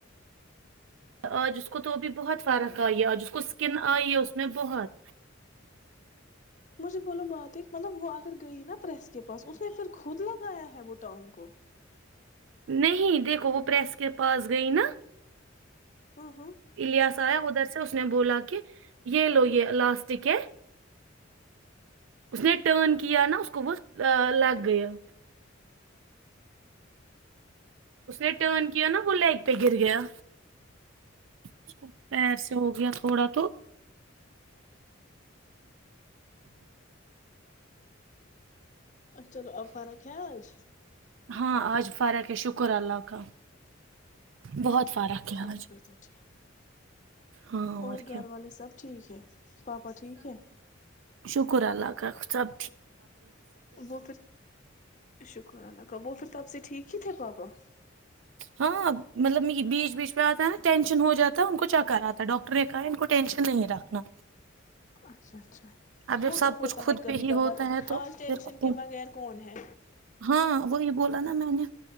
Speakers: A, on the right; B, on the left.
A: آج اس کو تو ا بھی بہت فرق آئی ہے آج اس کو اسکن آئی ہے اس میں بہت
B: مجھے بولو بات ہے مطلب وہ اگر گئی نا پریس کے پاس اس نے پھر خود لگایا ہے وہ ٹانگ کو
A: نہیں دیکھو وہ پریس کے پاس گئی نا
B: ہاں ہاں
A: الیاس آیا ادھر سے اس نے بولا کہ یہ لو یہ لاسٹ کی اس نے ٹرن کیا نا اس کو بت لگ گیا اس نے ٹرن کی نا بوللا ایک پ گیر گیا اس کو پیر سے ہو گیا تھوڑا تو
B: اچھا چلو ابا ر خیاج
A: ہاں آج فرق ہے شکر اللہ کا بہت فرق ہے
B: چلو
A: آج
B: پھر تو ٹھیک
A: ہاں
B: اور
A: کیا
B: گھر والے سب ٹھیک ہے پاپا ٹھیک ہے
A: شکر اللہ کاف صب
B: وہ پھر شکر اللہ کا وہ پھر تب سے ٹھیک ہی تھے پاپا
A: ہاں مطلب بیچ بیچ پہ آتا ہے نا ٹینشن ہو جاتا ہے ان کو چکر آتا ہے ڈاکٹر نے کہا ان کو ٹینشن نہیں رکھنا
B: اچھا اچھا
A: اب جب
B: وہ
A: سب
B: تو
A: کچھ
B: ہوتا
A: خود
B: ہے کبھی
A: پہ ہی
B: کبھار
A: ہوتا ہے تو
B: آج
A: پھر
B: ٹینشن
A: خود
B: کے بغیر کون ہے
A: ہاں وہی بولا نا میں نے